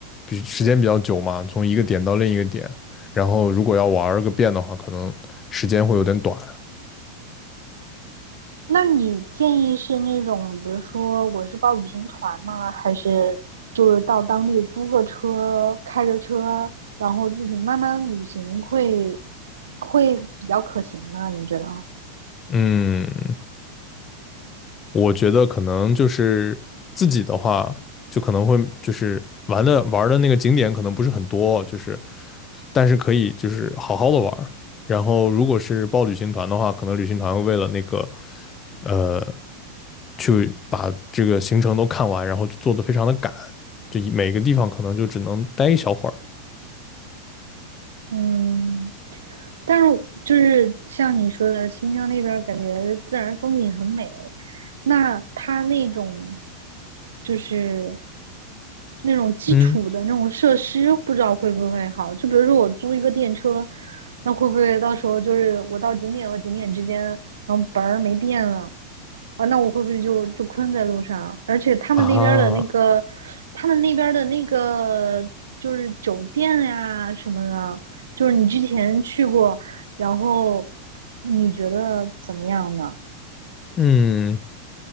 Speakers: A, on the left (about 25°); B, on the right (about 65°).
A: 比时间比较久嘛，从一个点到另一个点，然后如果要玩儿个遍的话，可能时间会有点短。
B: 那你建议是那种，比如说我是报旅行团吗？还是就是到当地租个车，开着车，然后自己慢慢旅行会会比较可行吗？你觉得？
A: 嗯，我觉得可能就是自己的话，就可能会就是玩的玩儿的那个景点可能不是很多，就是但是可以就是好好的玩儿。然后如果是报旅行团的话，可能旅行团会为了那个呃去把这个行程都看完，然后做的非常的赶，就每个地方可能就只能待一小会儿。
B: 嗯，但是就是像你说的，新疆那边儿感觉自然风景很美，那它那种就是那种基础的那种设施，
A: 嗯
B: 不知道会不会好。就比如说我租一个电车，那会不会到时候就是我到景点和景点之间，然后本儿没电了啊？那我会不会就就困在路上？而且他们那边儿的那个，
A: 啊，
B: 他们那边儿的那个就是酒店呀、什么的，就是你之前去过，然后你觉得怎么样呢？
A: 嗯，